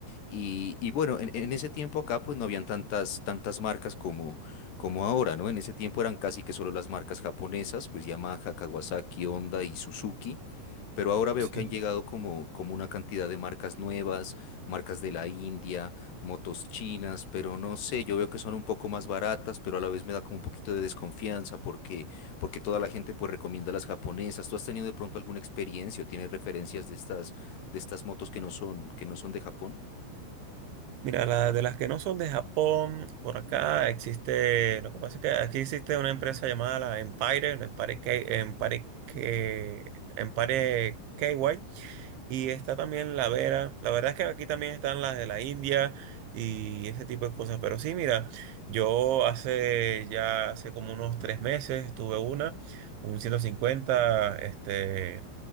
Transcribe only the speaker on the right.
sí.
Mira, la, de las que no son de Japón, por acá existe, lo que pasa es que aquí existe una empresa llamada la Empire, la Empire K, Empire K- Empire KY, y y está también la Vera. La verdad es que aquí también están las de la India y ese tipo de cosas, pero sí, mira, yo hace ya, hace como unos tres meses tuve una, un 150 este,